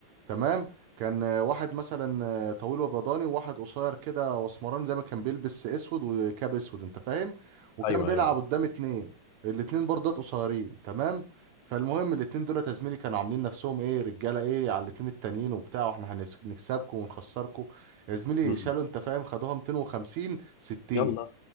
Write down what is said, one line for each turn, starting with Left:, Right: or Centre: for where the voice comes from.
Right: تمام كان آه، واحد مثلا آه، طويل وبيضاني وواحد قصير كده واسمراني دايما كان بيلبس اسود وكاب اسود انت فاهم وكان
Left: ايوه
Right: بيلعب
Left: ايوه ايوه
Right: قدام اتنين الاتنين برضه قصيرين تمام فالمهم الاتنين دول يا زميلي كانوا عاملين نفسهم ايه رجاله ايه على الاتنين التانيين وبتاع واحنا هنكسبكم ونخسركم يا زميلي
Left: امم
Right: شالوا انت فاهم خدوها 250 60
Left: يلا